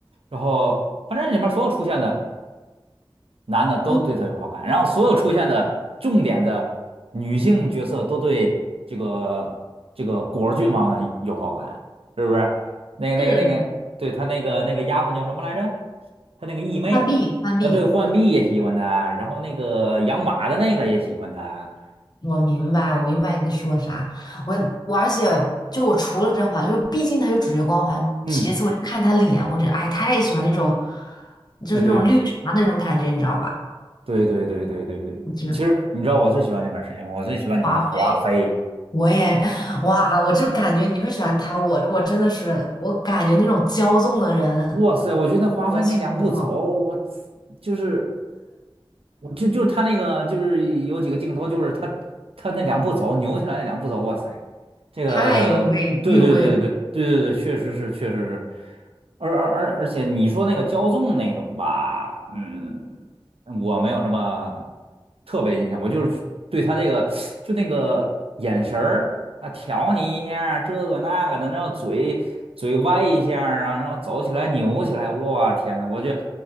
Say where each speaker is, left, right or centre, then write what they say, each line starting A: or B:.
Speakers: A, on the right; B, on the left.
A: 然后反正里面所有出现的。男的都对她有好感，
B: 嗯，
A: 然后所有出现的重点的女性角色都对这个这个果儿郡王有好感，是不是？那个那个那个，
B: 是的，
A: 对他那个那个丫鬟叫什么来着？他那个义妹，
B: 浣碧浣碧，
A: 呃，对，浣碧也喜欢他，然后那个养马的那个也喜欢他。
B: 我明白，我明白你在说啥。我我而且就我除了甄嬛，就毕竟她有主角光环，
A: 嗯，
B: 其次我就看她脸，我就哎太喜欢那种，就是那种绿茶的那种感觉，
A: 啊，对
B: 你知道吧？
A: 对对对对对对，
B: 就是
A: 其实你知道我最喜欢里面谁吗？我最喜欢里面的华妃。
B: 华妃。我也，哇，我就感觉你会喜欢他，我我真的是，我感觉那种骄纵的人，
A: 哇塞，我觉得华妃那两步走，
B: 我心不好，
A: 我就是我就就是他那个，就是有几个镜头，就是他他那两步走扭起来那两步走，哇塞，这个对对对对对对对，
B: 太有味韵味了。
A: 确实是确实是，而而而而且你说那个骄纵那种吧，嗯。我没有什么特别印象，我就是去对他这个就那个眼神儿啊，挑你一下儿这个那个的，然后嘴嘴歪一下儿啊，然后走起来扭起来，哇天呐，我觉